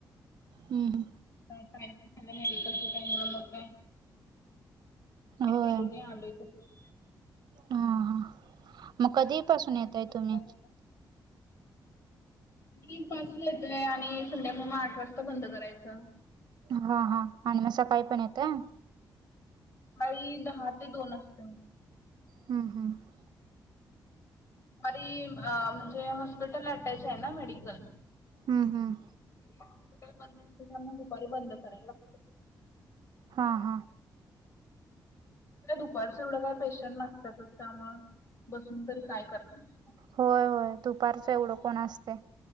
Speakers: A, on the right (about 65°); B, on the left (about 35°).
A: हम्म
B: झालं मेडिकलच्या टाईमला काय
A: होय
B: केेलो नाही आलोय तसं
A: हा हा मग
B: त्या
A: कधी
B: असतात
A: पासून
B: घरात
A: येताय
B: करतात
A: तुम्ही?
B: आता. मी पाचला येतोय आणि संध्याकाळ मग आठ वाजता बंद करायचं.
A: हा हा आणि मग सकाळी पण येतंय.
B: सकाळीदहा ते दोन असत.
A: हम्म हम्म
B: दुपारी म्हणजे हॉस्पिटल अटॅच आहे ना मेडिकल
A: हम्म हम्म
B: हॉस्पिटल बंद केल्याने मग दुपारी बंद करायला लागते.
A: हा हा
B: काय दुपारचं एवढं काय पेशंट नसतातच त्यामुळे बसून तरी काय करणार?
A: होय होय दुपारच एवढं कोण असते.